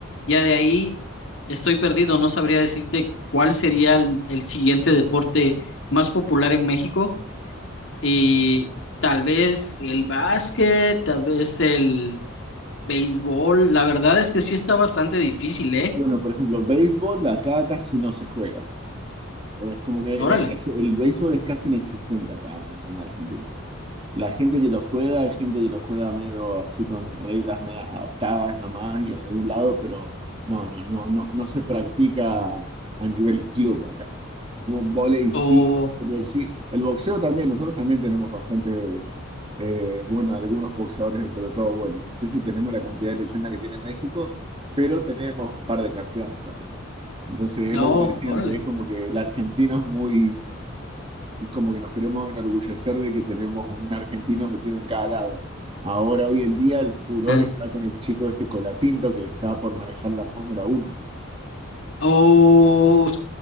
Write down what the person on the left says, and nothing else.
ya de ahí estoy perdido, no sabría decirte cuál sería el, el siguiente deporte más popular en México y tal vez el básquet, tal vez el béisbol, la verdad es que sí está bastante difícil, ¿eh?
Órale,
o,
no,
órale.
Ah.
O